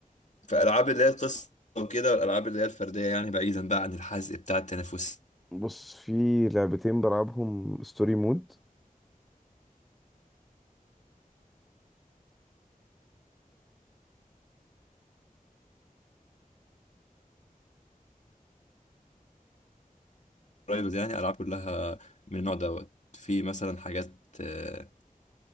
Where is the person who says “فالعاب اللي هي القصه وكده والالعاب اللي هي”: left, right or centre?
Left